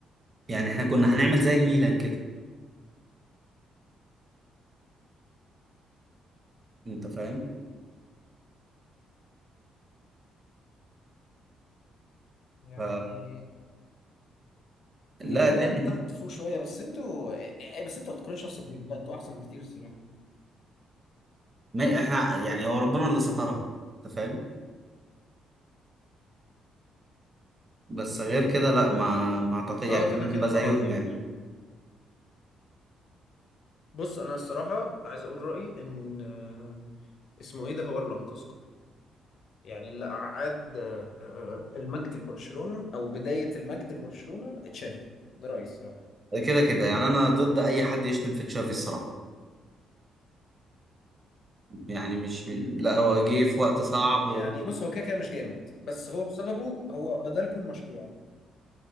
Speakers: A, on the right; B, on the left.
A: يعني احنا كنا هنعمل زي الميلان كده انت فاهم
B: يعني
A: ف لا
B: هي الميلان
A: الدنيا
B: ابتدت تفوق شوية بس انتوا بس انتوا ما تقارنش نفسك بيهم لا انتوا احسن بكتير الصراحة
A: ما احنا يعني هو ربنا اللي سترها انت فاهم بس غير كده لا ما ما اعتقد يعني
B: اه
A: كنا
B: كده كده
A: هنبقى
B: طبعا
A: زيهم
B: يعني
A: يعني
B: بص انا الصراحه عايز اقول رايي ان آه، اسمه ايه ده هو اللي انقذكم يعني اللي اعاد آه، المجد لبرشلونه او بدايه المجد لبرشلونه تشافي ده رايي الصراحه
A: كده كده يعني انا ضد اي حد يشتم في تشافي الصراحه يعني مش م- لا هو جه في وقت صعب و...
B: يعني بص هو كده كده مش جامد بس هو بسببه هو بدلكوا المشروع